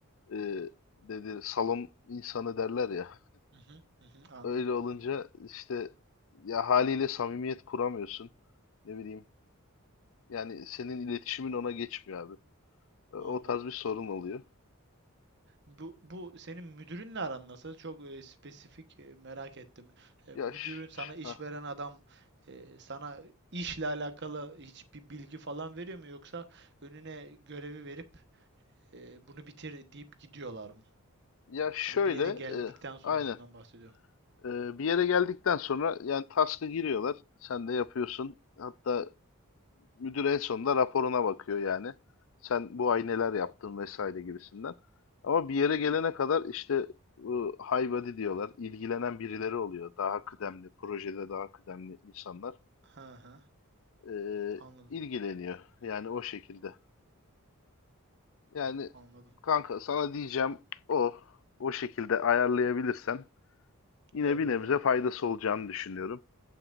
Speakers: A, on the left; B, on the right.
A: e, dedi salon insanı derler ya.
B: Hı hı, hı hı, anladım
A: Öyle olunca
B: anladım.
A: işte ya haliyle samimiyet kuramıyorsun. Ne bileyim. Yani senin iletişimin ona geçmiyor abi. E, O
B: Anladım.
A: tarz bir sorun oluyor.
B: Bu, bu senin müdürünle aran nasıl? Çok e, spesifik e, merak ettim. E,
A: Ya
B: müdürün
A: ş-
B: sana
A: ş-
B: iş
A: ha.
B: veren adam e, sana işle alakalı hiçbir bilgi falan veriyor mu yoksa önüne görevi verip e, bunu bitir deyip gidiyorlar mı?
A: Ya şöyle
B: Hani bir yere
A: e,
B: geldikten sonrasından
A: aynen.
B: bahsediyorum.
A: E, bir yere geldikten sonra yani task'a giriyorlar. Sen de yapıyorsun. Hatta Müdür en sonunda raporuna bakıyor yani. Sen bu ay neler yaptın vesaire gibisinden. Ama bir yere gelene kadar işte bu high body diyorlar. ilgilenen birileri oluyor. Daha kıdemli, projede daha kıdemli insanlar
B: Hı hı.
A: eee,
B: Anladım.
A: ilgileniyor. Yani o şekilde. Yani
B: Anladım.
A: kanka sana diyeceğim o. O şekilde ayarlayabilirsen yine
B: Eyvallah.
A: bir nebze faydası olacağını düşünüyorum.